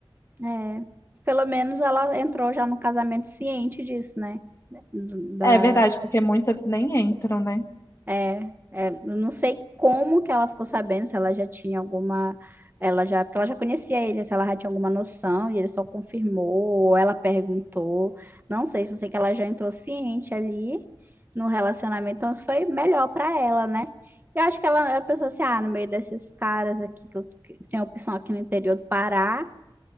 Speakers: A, on the right; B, on the left.
A: É, pelo menos ela entrou já no casamento ciente disso, né? Da,
B: É verdade, porque muitas nem entram, né?
A: É, é, eu não sei como que ela ficou sabendo, se ela já tinha alguma, ela já, porque ela já conhecia ele, se ela já tinha alguma noção e ele só confirmou, ou ela perguntou, não sei, só sei que ela já entrou ciente ali no relacionamento, então isso foi melhor pra ela, né? E eu acho que ela, ela pensou assim, ah, no meio desses caras aqui, que, eu, que tem opção aqui no interior do Pará,